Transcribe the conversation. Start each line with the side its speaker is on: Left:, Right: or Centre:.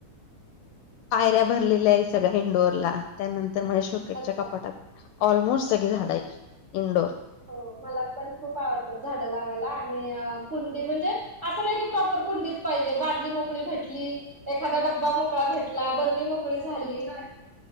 Left: पायऱ्या भरलेल्या आहेत सगळ्या इनडोअरला. त्यानंतर म शो... कच्या
Right: अच्छा
Left: कपाटात ऑलमोस्ट सगळी झाडं आहेत. इनडोअर...
Right: हो.. मला पण खूप आवडतं झाडं लावायला. आणि अ... कुंडी म्हण जे.. असं नाही की प्रॉपर कुंडीच पाहिजे बादली मोकळी भेटली.. एखादा डबा मोकळा भेट ला. बरणी मोकळी झाली..